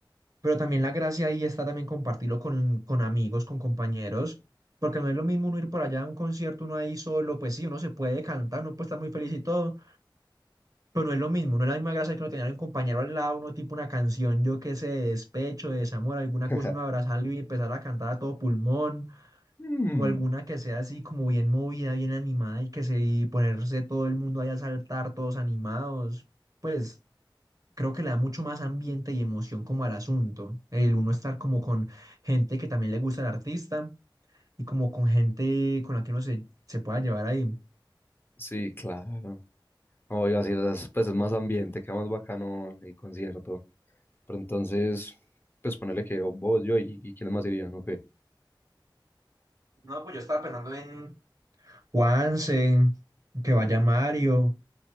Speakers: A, on the right (about 45°); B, on the left (about 25°).
A: pero también la gracia ahí está también compartirlo con, con amigos, con compañeros, porque no es lo mismo uno ir por allá a un concierto, uno ahí solo, pues sí, uno se puede cantar, uno puede estar muy feliz y todo, pero no es lo mismo, no es la misma gracia que uno tener un compañero al lado, uno tipo una canción, yo qué sé, de despecho, de desamor, alguna
B: <laughs>
A: cosa, uno abrazarlo y empezar a cantar a todo pulmón,
B: Mm,
A: o alguna que sea así como bien movida, bien animada y que se y ponerse todo el mundo ahí a saltar, todos animados, pues creo que le da mucho más ambiente y emoción como al asunto. El uno estar como con gente que también le gusta el artista y como con gente con la que uno se, se pueda llevar ahí.
B: sí, claro. Obvio, así las, pues es más ambiente, queda más bacano el concierto. Pero entonces, pues ponele que vos, yo y, y quiénes más irían, ¿o qué?
A: No, pues yo estaba pensando en Juanse, que vaya Mario,